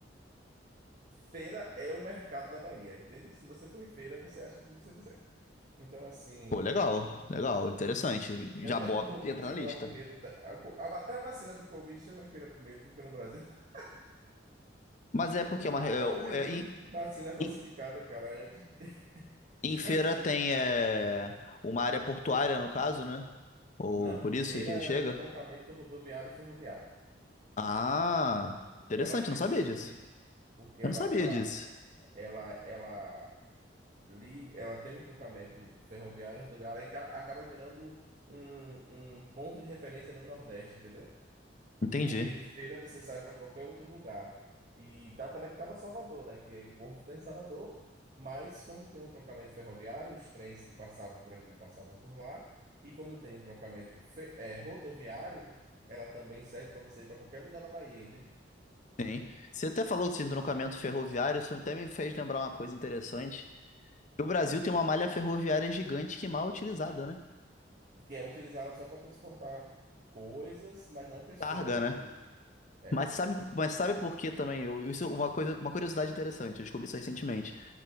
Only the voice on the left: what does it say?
Pô, legal, legal, interessante.
Já bota,
entra
na lista.
Mas é porque é uma. re-
é- é- em,
em-
em
feira
tem
é,
uma área portuária, no caso, né? Ou
por isso
que chega.
Ah, interessante,
não sabia disso.
Eu
não sabia
disso.
Entendi.
Sim. Você até falou de entroncamento ferroviário, isso até me fez lembrar uma coisa interessante. Que O Brasil tem uma malha ferroviária gigante que mal é utilizada, né?
Targa, né?
Mas sabe, mas sabe por que também? Eu- Isso é uma coisa, uma curiosidade interessante, eu descobri isso recentemente.